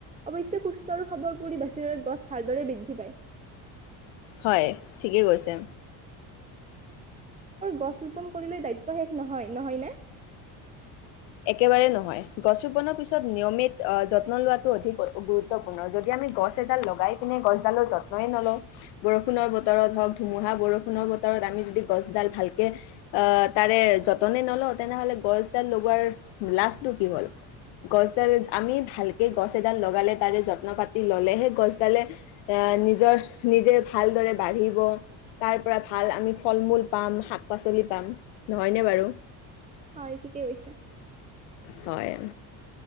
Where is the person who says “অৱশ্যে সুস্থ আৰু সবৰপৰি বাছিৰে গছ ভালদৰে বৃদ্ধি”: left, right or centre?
Right